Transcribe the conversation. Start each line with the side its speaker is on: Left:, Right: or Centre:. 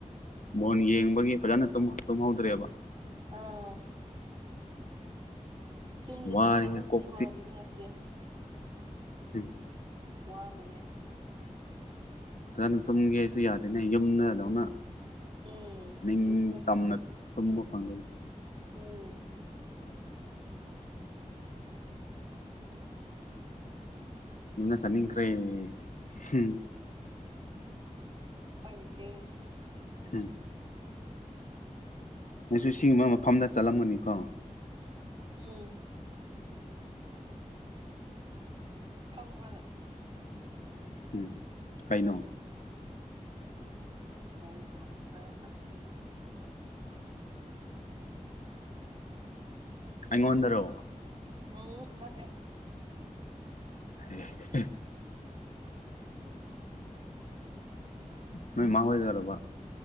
Left: ꯕꯣꯟ ꯌꯦꯡꯕꯒꯤ ꯐꯖꯅ ꯇꯨꯝ ꯇꯨꯝꯍꯧꯗ꯭ꯔꯦꯕ
Right: ꯑꯥꯎ ꯇꯨꯝꯗꯕꯗꯣ
Left: ꯋꯥꯔꯦꯍꯦ
Right: ꯐꯖꯅ
Left: ꯀꯣꯛ
Right: ꯇꯨꯝꯈ꯭ꯔꯣ ꯑꯗꯨꯗꯤ ꯉꯁꯤ
Left: ꯍꯝ
Right: ꯋꯥꯔꯝꯃꯅꯤ
Left: ꯐꯖꯅ ꯇꯨꯝꯒꯦ ꯁꯨ ꯌꯥꯗꯦꯅꯦ ꯌꯨꯝꯅꯥꯗꯧꯅ
Right: ꯎꯝ
Left: ꯅꯤꯡꯇꯝꯅ
Right: ꯌꯨꯝꯁꯤꯗ
Left: ꯇꯨꯝꯕ ꯐꯪꯗꯔꯤ
Right: ꯎꯝ
Left: ꯏꯝꯅ ꯆꯅꯤꯡꯈꯔꯦ ꯍꯝ
Right: ꯎꯄꯥꯏ ꯂꯩꯇꯦ
Left: ꯎꯝ ꯅꯁꯨ ꯁꯤꯒꯨꯝꯕ ꯃꯐꯝꯗ ꯆꯠꯂꯝꯒꯅꯤꯀꯣ
Right: ꯎꯝ ꯈꯪꯕꯔꫭꯅꯦ
Left: ꯎꯝ ꯀꯩꯅꯣ
Right: ꯌꯥꯔꯦ ꯇꫭꯛꯑꫭ ꯍꯥꯔꯦ ꯑꯦ
Left: ꯑꯩꯉꫭꯟꯗ꯭ꯔꯣ
Right: ꯎꯝ ꯅꯠꯇꯦ
Left: ꯑꯦ ꯍꯦ ꯍꯦ ꯅꯣꯏ ꯃꯥ ꯍꫭꯏꯗ꯭ꯔꯕ